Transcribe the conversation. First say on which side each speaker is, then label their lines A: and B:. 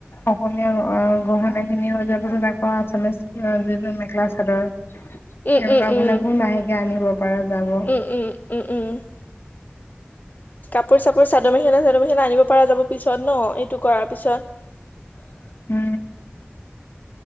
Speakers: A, on the left (about 75°); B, on the left (about 50°).
A: অসমীয়া গহনা খিনি হৈ যোৱাৰ পাছত আকৌ আছামিছ যিটো মেখেলা চাদৰ সেৱা
B: উম উম উম
A: বিলাকো লাহেকে আনিব পৰা যাব।
B: উম উম উম উম কাপোৰ চাপোৰ চাদৰ মেখেলা চাদৰ মেখেলা আনিব পৰা যাব পিছত ন এইটো কৰাৰ পিছত
A: উম